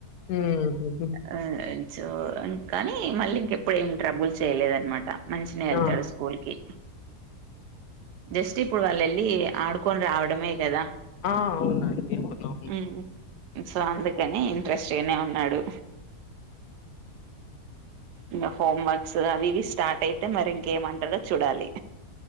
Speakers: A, on the left; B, on the right.
A: హ్మ్
B: ఆ సో కాని మళ్ళీ ఇంకెప్పుడు ఏమి ట్రబుల్ చేయలేదనమాట మంచిగా వెళ్తాడు
A: ఆ
B: స్కూల్ కి జస్ట్ ఇప్పుడు వాళ్ళు వెళ్ళి ఆడుకొని రావడమే కదా
A: ఆ అవునండి అవునవును
B: హ్మ్ సో అందుకనే ఇంట్రెస్ట్ గానే ఉన్నాడు ఇంకా హోమ్ వర్క్స్ అవి ఇవి స్టార్ట్ అయితే మరి ఇంకేమంటాడో చూడాలి